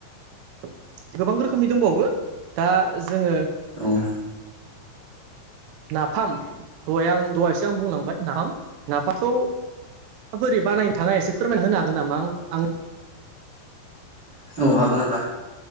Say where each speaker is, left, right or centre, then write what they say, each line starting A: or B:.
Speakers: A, on the right (about 80°); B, on the right (about 35°).
A: <unintelligible> गोबां रोखोमनि दंबावो दा जोङो
B: औ।
A: नाफाम दहाय आं दहायसो आं बुंलांबाय नाफाम नाफामखौ। बोरै बानायनो थाङा एसे फोरमायना होनो हागोन नामा आं आं‌
B: औ हागोन नोंथां।